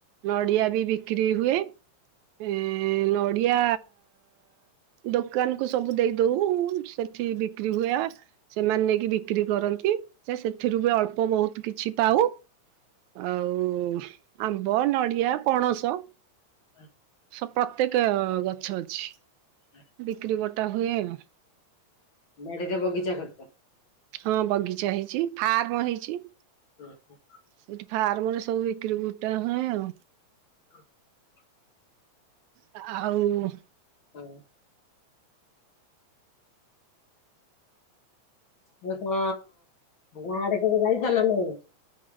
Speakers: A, on the right; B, on the left.
A: ନଡିଆ ବି ବିକ୍ରି ହୁଏ। ଏ ନଡ଼ିଆ ଦୋକାନକୁ ସବୁ ଦେଇ ଦଉ ସେଠି ବିକ୍ରି ହୁଏ। ସେମାନେ ନେଇକି ବିକ୍ରି କରନ୍ତି ସେ ସେଥିରୁ ବି ଅଳ୍ପ ବହୁତ କିଛି ପାଉ। ଆଉ ଆମ୍ବ, ନଡ଼ିଆ, ପଣସ
B: ହ <unintelligible>
A: ସ ପ୍ରତ୍ୟେକ ଗଛ ଅଛି।
B: ହୁଁ।
A: ବିକ୍ରି ବଟା ହୁଏ ଆଉ।
B: ବାଡ଼ିରେ ବଗିଚା କରିଚ?
A: ହଁ ବଗିଚା ହେଇଚି ଫାର୍ମ ହେଇଛି।
B: ହୁଁ ହୁଁ।
A: ସେଇଠି ଫାର୍ମ ରେ ସବୁ ବିକ୍ରି ବୁଟା ହୁଏ ଆଉ।
B: ହଁ <unintelligible>
A: ଆ ଆଉ
B: ହୁଁ। ହଁ <unintelligible> ଗାଁ ଆଡେ କେବେ ଯାଇଥିଲ ନା ନାହିଁ।